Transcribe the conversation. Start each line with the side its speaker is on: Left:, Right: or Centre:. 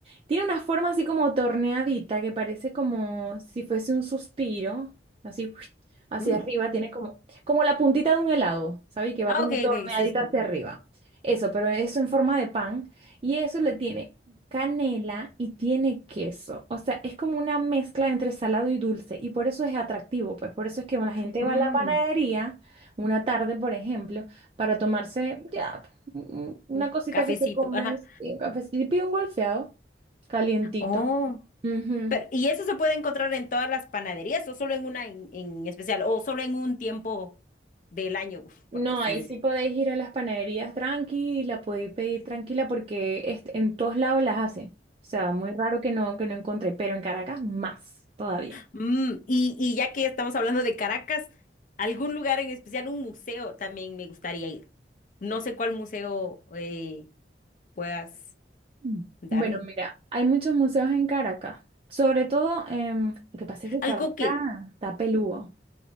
Right: Tiene una forma así como torneadita que parece como si fuese un suspiro, así <sniffs> ¡uish! hacia
Left: mm.
Right: arriba, tiene como, como la puntita de un helado, ¿sabes? Que va
Left: Ah,
Right: como
Left: ok,
Right: torneadita
Left: ok, sí, sí. sí.
Right: hacia arriba. Eso, pero eso en forma de pan. Y eso le tiene canela y tiene queso. O sea, es como una mezcla entre salado y dulce. Y por eso es atractivo, pues por eso es que la gente
Left: Mm,
Right: va a la panadería una tarde, por ejemplo para tomarse ya mm, Una
Left: un
Right: cosita
Left: cafecito,
Right: que te comes,
Left: ajá.
Right: sí, un cafecito, y pido un golfeado calientito.
Left: Oh,
Right: Ujú.
Left: pero ¿y eso se puede encontrar en todas las panaderías o solo en una en, en especial o solo en un tiempo del año, <laughs>
Right: No,
Left: por decir
Right: ahí sí podéis ir a las panaderías tranquila, podéis pedir tranquila porque este- en todos lados las hacen. O sea, muy raro que no, que no encontré, pero en Caracas más todavía.
Left: Mm, y, y ya que estamos hablando de Caracas, algún lugar en especial, un museo también me gustaría ir. No sé cuál museo eh, puedas
Right: Mm.
Left: darme.
Right: Bueno, mira, hay muchos museos en Caracas, sobre todo, em, lo que pasa es que Caracas
Left: Algo que,
Right: está peludo.